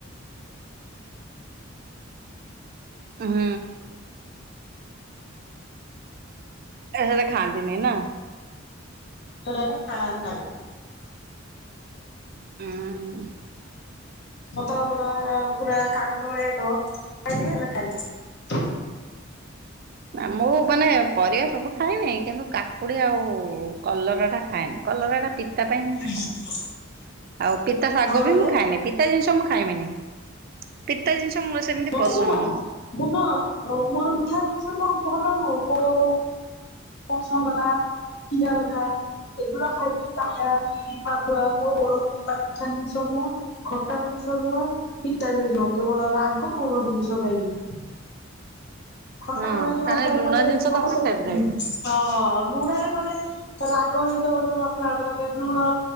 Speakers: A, on the left; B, on the right.
A: <unintelligible> <inaudible>
B: ହୁଁ। ଏ ହେଡା ଖାନ୍ତିନେଇନା।
A: ହ ନା ନା।
B: ଉଁ।
A: ପତଳା ପତଳା ପୁରା କାଗଜ ଭଳିଆ ହେଇଥିବ! ଖାଇଦେବି ହେଲା ଖାଇ ନ
B: ନା ମୁଁ ମାନେ ପରିବା ସବୁ ଖାଏନେଇ, କିନ୍ତୁ କାକୁଡ଼ି ଆଉ କଲରାଟା ଖାଏନି କଲରାଟା ପିତା ପାଇଁ ମୁଁ ଖା
A: <inaudible>
B: ଆଉ ପିତା ଶାଗ
A: କହିଲେ
B: ବି ମୁଁ ଖାଏନି। ପିତା ଜିନିଷ ମୁଁ ଖାଇମିନି ପିତା ଜିନିଷ ମୋର ସେମିତି
A: ମତେ
B: ପସନ୍ଦ
A: ନୁହ
B: ନୁହଁ
A: ମୁଁ ନ ଅ ମୋର ମିଠା ଜିନିଷ ଭଲ ନୁହଁ ମୋର ପସନ୍ଦ ହେଲା କ୍ଷୀର ଗଜା। ଏଗୁଡା ଖାଇକି <unintelligible> ଜିନିଷ ନୁହଁ ଖଟା ଜିନି ଜିନିଷ ନୁହଁ ପିତା ଜିନିଷ ନୁହ କେବଳ ରାଗ ନୁ ଜିନିଷ ଖାଇବି। ଖଟା
B: ହଁ
A: ମାନେ ଯୋଉ
B: ତାହେଲେ
A: ଆଚାର
B: ଲୁଣ
A: ଫାଚାର
B: ଜିନିଷ
A: <unintelligible>
B: ତମର
A: ସେଗୁଡା
B: ଫେବରାଇଟ।
A: ନୁହେଁ। ହଁ ଲୁଣ ରେ ମାନେ
B: ହଁ।
A: ରାଗ ହେଇଥିବ, ଯୋଉ ମସଲା ଉଡା ପକେଇକି ଲୁଣ